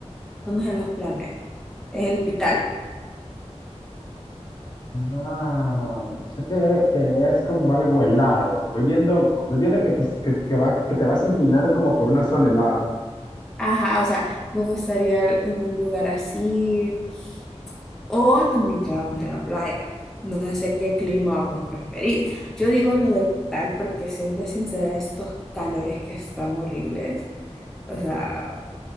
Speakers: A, in the centre; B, on the left (about 40°).
A: unos en los planes, en el hospital.
B: Ah, o sea que querés como algo helado. Voy viendo, voy viendo que te, que, que va, que te vas inclinando como por una zona helada.
A: Ajá, o sea, me gustaría algún lugar así. O también quedarnos en la playa. No sé qué clima vos preferís. Yo digo lo del hospital porque, siendo sincera, estos calores que están horribles, o sea,